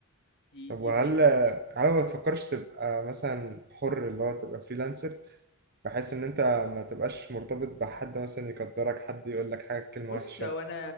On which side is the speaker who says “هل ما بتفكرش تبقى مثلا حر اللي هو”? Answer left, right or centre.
Right